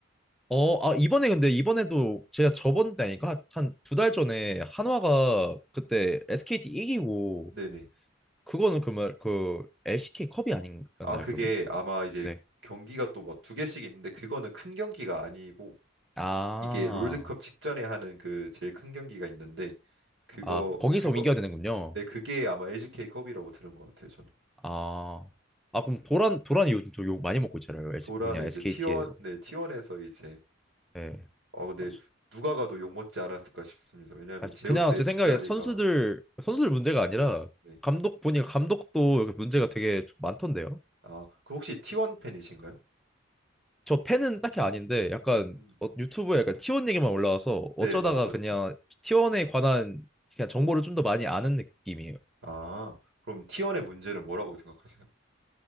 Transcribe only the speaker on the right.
네네.
아, 그게
아마 이제
경기가 또 뭐 두 개씩 있는데 그거는 큰 경기가 아니고
이게 롤드컵 직전에 하는 그 제일 큰 경기가 있는데 그거
그거
네, 그게 아마 LCK 컵이라고 들은 것 같아요, 저는.
도라는
이제
T1, 네, 티원에서 이제
어 근데
누가 가도 욕먹지 않았을까 싶습니다. 왜냐하면
제우스의
빈자리가
네.
아, 그 혹시 T1 팬이신가요?
음.
네,
맞 맞죠.
아, 그럼 T1의 문제는 뭐라고 생각하세요?